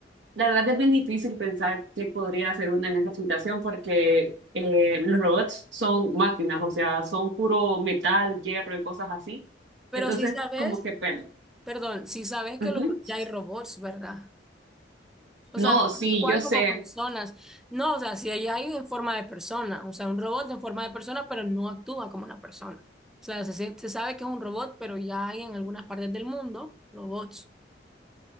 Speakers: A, on the right; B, in the centre.
A: la verdad es bien difícil pensar qué podría hacer una en esa situación porque eh, los robots son máquinas, o sea, son puro metal, hierro y cosas así.
B: Pero
A: Entonces,
B: si sabes,
A: como que pena.
B: perdón, si sabes que
A: Ujú.
B: los-
A: <laughs>
B: ya hay robots, ¿verdad? O
A: No,
B: sea, no tal
A: sí,
B: cual
A: yo sé.
B: como personas. No, o sea, si allá hay en forma de persona, o sea, un robot en forma de persona, pero no actúa como una persona. O sea, se, sien- se sabe que es un robot, pero ya hay en algunas partes del mundo robots.